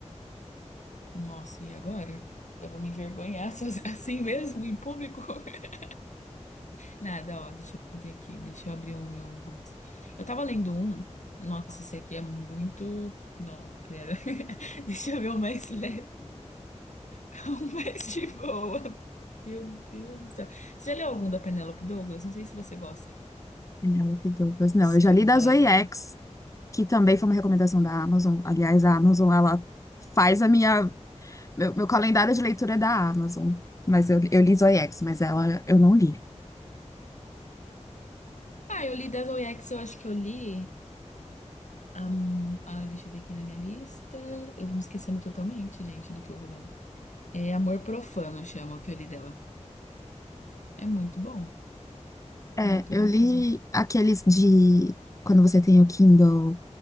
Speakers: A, on the left; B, on the left.
A: Nossa, e agora? Eu vou me envergonhar soz- <laughs> assim mesmo, em público? <laughs> Nada, ó, deixa eu ver aqui, deixa eu abrir o meu books. Eu tava lendo um, nossa, esse aqui é muito. Não, pera. <laughs> Deixa eu ver o mais leve. <laughs> Um mês de boa. Meu Deus do céu. Você já leu algum da Penélope Douglas? Não sei se você gosta.
B: Penélope Douglas. Não,
A: Ou se você
B: eu já
A: já
B: li
A: viu
B: da
A: falar
B: Zoiex,
A: dela.
B: que também foi uma recomendação da Amazon. Aliás, a Amazon, ela faz a minha... Meu, meu calendário de leitura é da Amazon. Mas eu, eu li Zoiex, mas ela eu não li.
A: Ah, eu li Devil X, eu acho que eu li. am- ah, deixa eu ver aqui na minha lista. Eu vou me esquecendo totalmente, gente, do que eu vou lendo. É Amor Profano, chama o que eu li dela. É muito bom. Muito
B: É, eu
A: bom
B: li
A: mesmo.
B: aqueles de... Quando você tem o Kindle